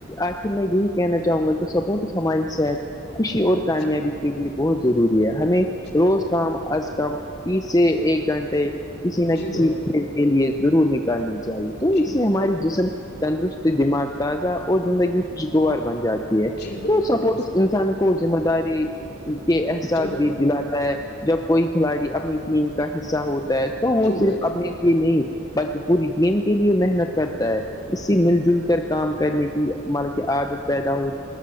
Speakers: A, on the left; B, on the left.
A: آخر میں یہی کہنا چاہوں گا کہ سپورٹ ہماری صحت خوشی اور کامیابی
B: جی
A: کے لیے بہت ضروری ہے ہمیں
B: جی
A: روز
B: بھائی جان
A: کم از کم تیس سے ایک گھنٹے کسی نہ
B: جی
A: کسی
B: بھائی جان
A: کے لیے ضرور نکالنی چاہیے تو
B: جی
A: اس سے
B: بھائی
A: ہماری
B: جان
A: جسم تندرست دماغ تازہ اور زندگی خوشگوار بن جاتائےی تو
B: جی بھائی جان
A: سپورٹس
B: بالکل صحیح
A: انسان
B: کہا
A: کو ذمہ داری کے احساس
B: جی بھائی
A: بھی دلاتا ہے جب کوئی کھلاڑی اپنی ٹیم کا حصہ ہوتا ہے تو وہ
B: جی
A: صرف
B: بھائی جان
A: اپنے نہیں بلکہ پوری ٹیم کے لیے محنت کرتا ہے اس سے مل جل کر کام کرنے کی مطلب کہ عادت پیدا ہو